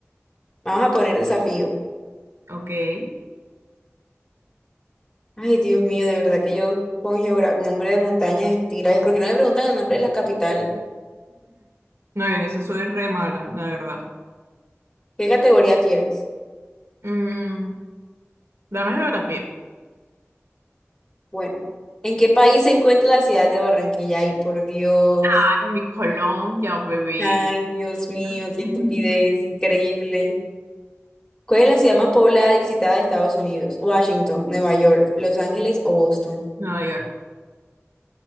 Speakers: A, on the left; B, on the right.
A: vamos a poner desafío.
B: ok. <laughs>
A: Ay, Dios mío, de verdad que yo con geografía, nombre de montañas, estira, es porque no me preguntan el nombre de las capitales.
B: Muy bien, eso soy re mala, la verdad.
A: ¿Qué categoría quieres?
B: Mm. Dame geografía.
A: Bueno, ¿en qué país se encuentra la ciudad de Barranquilla? Ay, por Dios.
B: Ay, mi Colombia, bebé.
A: Ay, Dios mío,
B: <laughs>
A: qué estupidez, increíble. ¿Cuál es la ciudad más poblada y visitada de Estados Unidos? Washington, Nueva York, Los Ángeles o Boston.
B: Nueva York.